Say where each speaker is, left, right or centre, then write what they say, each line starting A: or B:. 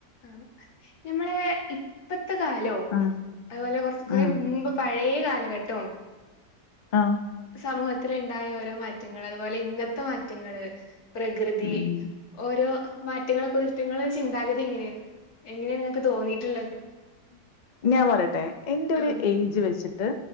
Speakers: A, on the left; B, on the left.
A: ആഹ് ഞമ്മളെ ഇപ്പത്തെ കാലോ
B: ഉം
A: അതുപോലെ കുറച്ച് കുറെ
B: ഉം
A: മുമ്പ്. പഴയ കാലഘട്ടോ.
B: ആഹ്.
A: സമൂഹത്തില് ഉണ്ടായ ഓരോ മാറ്റങ്ങള് അതുപോലെ ഇന്നത്തെ മാറ്റങ്ങള്. പ്രകൃതി
B: ഉം
A: ഓരോ മാറ്റങ്ങളെ കുറിച്ചിട്ട് ഇങ്ങളെ ഒരു ചിന്താഗതി എങ്ങനെയാ? എങ്ങനെയാണ് നിങ്ങക്ക് തോന്നീയിട്ടുള്ളത്.
B: ഞാൻ പറയട്ടെ എന്റെ ഒരു
A: ഉം
B: ഏയ്ജ് വെച്ചിട്ട്